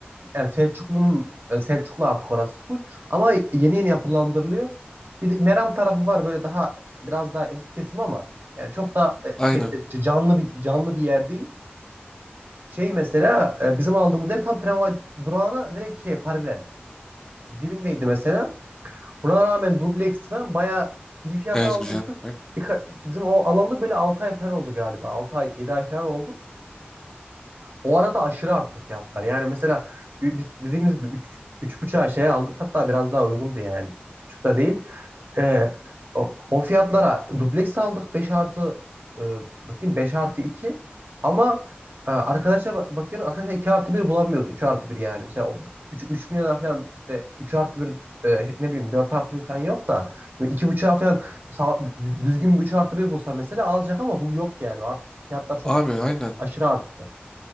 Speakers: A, on the right (about 55°); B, on the left (about 15°).
A: yani Selçuklu'nun e, Selçuklu artık orası full ama yeni yeni yapılandırılıyor. Bir de Meram tarafı var böyle daha biraz daha elit kesim ama yani çok da
B: Aynen.
A: e, şey canlı bir canlı bir yer değil. Şey mesela e, bizim aldığımız ev tam tramvay durağına direkt şey paralel. Dibindeydi mesela. Buna rağmen dubleks falan bayağı iyi fiyata
B: Evet
A: almıştık.
B: güzel. Aynen.
A: Birka- bizim o alalı böyle 6 ay falan oldu galiba. 6 ay 7 ay falan oldu. O arada aşırı arttı fiyatlar. Yani mesela ü- biz dediğimiz gibi 3 3,5'a şey aldık. Hatta biraz daha uygundu yani. 3,5'da değil. Ee, o, o fiyatlara dubleks aldık beş artı e, bakayım 5 artı 2. ama e, arkadaşa ba- bakıyoruz arkadaşlar 2 artı bir bulamıyoruz. 2 artı bir yani. Mesela o 3, 3 milyona falan işte 3 artı bir e, ne bileyim 4 artı bir falan yok da 2,5'a falan sağ- düzgün bir 3 artı bir bulsa mesela alacak ama bu yok yani. Artık fiyatlar çok
B: Abi aynen.
A: aşırı arttı.